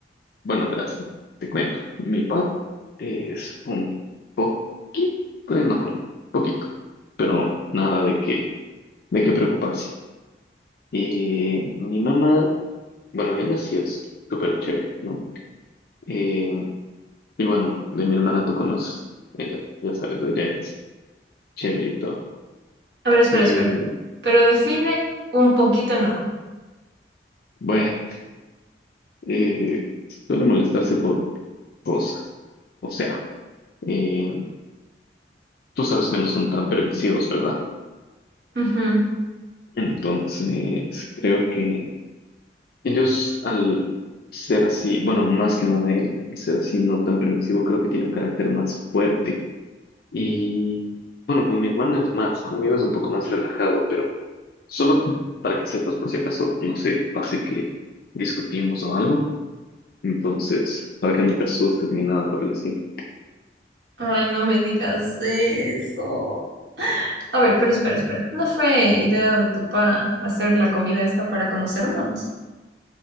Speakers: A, on the left; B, on the right.
A: bueno, verás, te cuento. Mi papá es un poquito enojón, poquito, pero nada de qué, de qué preocuparse. Y mi mamá Bueno, ella sí es súper chévere, ¿no? Eh, y bueno, de mi hermana tú conoces, ella, ya sabes, ella es chévere y todo.
B: A ver, espera,
A: Eh,
B: espera. Pero define un poquito enojo.
A: bueno, eh, suele molestarse por cosas. O sea, eh, tú sabes que no son tan permisivos, ¿verdad?
B: Ujú.
A: Entonces, creo que ellos al ser así, bueno, más que nada él, al ser así no tan permisivo, creo que tiene un carácter más fuerte. Y bueno, con mi hermana es más, conmigo es un poco más relajado, pero... Solo para que sepas, por si acaso, no sé, pase que discutimos o algo. Entonces, para que no te asustes ni nada por el estilo.
B: Ay, no me digas eso. A ver, pero espera, espera. ¿No fue idea de tu pa hacer la comida esta para conocernos?